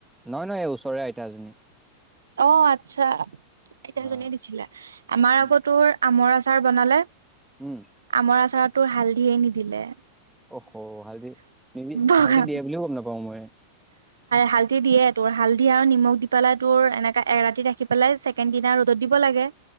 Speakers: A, in the centre; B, on the right (about 70°).
A: নহয় নহয় এই ওচৰে আইতাজনী।
B: অ আচ্ছা আইতাজনীয়ে
A: হা
B: দিছিলে আমাৰ
A: উম
B: আগৰতো আমৰ আ চাৰ বনালে
A: উম
B: আমৰ আচাৰতো হালধিয়ে নিদিলে।
A: অ'হ হালধি নিদি
B: বগা
A: হালধি দিয়ে বুলিও গম নাপাওঁ মই
B: হালধি দিয়ে তোৰ হালধি আৰু নিমখ দি পেলাই তোৰ এনেকা এৰাতি ৰাখি পেলাই ছেকেণ্ড দিনা ৰ'দত দিব লাগে